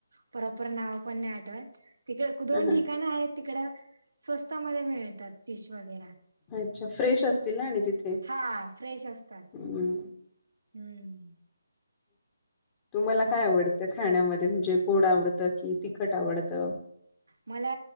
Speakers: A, on the right; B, on the left.
A: प्रॉपर नाव पण नाही आठवत. तिकडे दोन
B: हां, हां.
A: ठिकाणं आहेत तिकड स्वस्तामध्ये मिळतात फिश वगैरा.
B: अच्छा फ्रेश असतील ना आणि तिथे,
A: हा फ्रेश असतात
B: हम.
A: हम्म.
B: तुम्हाला
A: छान
B: काय आवडतं
A: असतं.
B: खाण्यामध्ये म्हणजे गोड आवडतं कि तिखट आवडतं?
A: मला